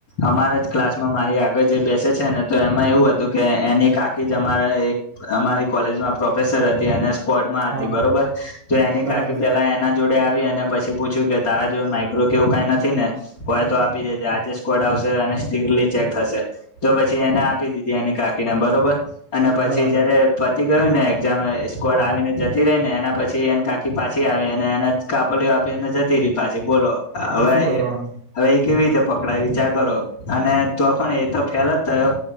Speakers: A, on the left; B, on the right.
A: અમારા જ ક્લાસમાં મારી આગળ જે બેસે છેને, તો એમાં એવું હતું, કે એની કાકી જ અમારે એક અમારી કોલેજમાં પ્રોફેસર હતી. તી અને સ્કવડમાં
B: હા
A: હતી, બરોબર તો એની
B: બરાબર
A: કાકી પેલા એના જોડ ડે આવી અને પછી પૂછ્યું કે તારા જો માઇક્રો કેવું કઈ નથી, ને હોય, તો આપી દેજે આજે સ્કોડ આવશે. શે અને સ્ટ્રીકલી ચેક થશે, તો પછી એને આપી દીધી એની કાકીને બરોબર અને પછી
B: બરાબર
A: જયારે, પતિ ગયુંને એક્ઝામ સ્કોડ
B: હોવે
A: આવીને જતી રહીને ને એના પછી, એને કાકી પાછી, આવી અને એને કાપલી આપીને જ તી રી પાછી બોલો હવે,
B: શું કરવાનું
A: એ હવે એ કેવી રીતે પકડાય, વિચાર કરો અને તો પણ એ તો ફેલ જ થયો